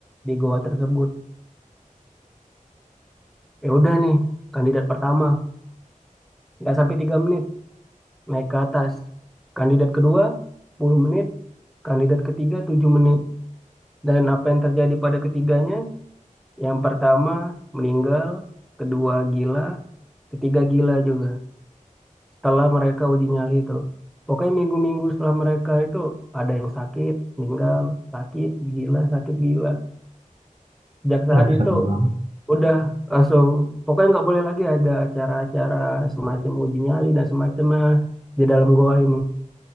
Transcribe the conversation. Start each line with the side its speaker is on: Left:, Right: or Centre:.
Centre: di goa tersebut. Ya udah nih, kandidat pertama nggak sampai tiga menit naik ke atas. Kandidat kedua 10 menit, kandidat ketiga 7 menit. Dan apa yang terjadi pada ketiganya? Yang pertama meninggal, kedua gila, ketiga gila juga. setelah mereka uji nyali itu. Pokoknya minggu-minggu setelah mereka itu ada yang sakit, meninggal, sakit, gila, sakit, gila. Sejak saat
Right: wah serem
Centre: itu
Right: banget
Centre: udah langsung, pokoknya nggak boleh lagi ada acara-acara semacam uji nyali dan semacamnya di dalam goa ini.